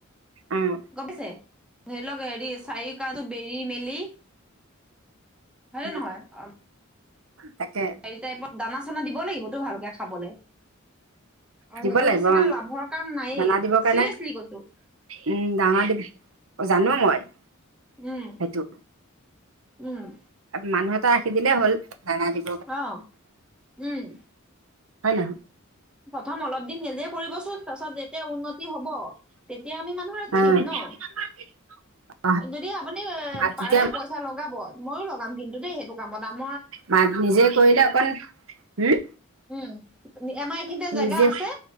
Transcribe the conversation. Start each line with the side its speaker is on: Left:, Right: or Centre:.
Right: উম।
Centre: গম পাইছে। ধৰি লওঁক, হেৰি চাৰিকাষটো বেৰি-মেলি, হয়নে
Right: উম
Centre: নহয়!
Right: তাকে।
Centre: হেৰি টাইপত, দানা-চানা দিব লাগিতটো ভালকে, খাবলৈ। অ,
Right: দিব
Centre: সেইটো
Right: লাগিব
Centre: নিচিনা
Right: অ
Centre: লাভৰ কাম নায়েই,
Right: দানা দিবৰ কাৰণে
Centre: চিৰিয়াচলি কৈছো।
Right: উম, ডাঙৰ <unintelligible> জানো মই।
Centre: উম,
Right: সেইটো
Centre: উম।
Right: মানুহ এটা ৰাখি দিলে হ'ল, দানা দি
Centre: অ উম।
Right: হয় নহ
Centre: প্ৰথম অলপ দিন নিজে কৰিবচোন তাৰপিছত যেতিয়া উন্নতি হব তেতিয়া আমি মানুহ ৰাখি
Right: উম,
Centre: দিম ন।
Right: <unintelligible>
Centre: যদি আপুনি এ
Right: মাত তেতিয়া
Centre: পাৰে পইচা লগাব মইয়ো লগাম কিন্তু দেই সেইটো কামত আম
Right: মাটো নিজে কৰিলে অকন, হম?
Centre: উম আমাৰ এইখিনিতে জেগা
Right: নিজে
Centre: আছে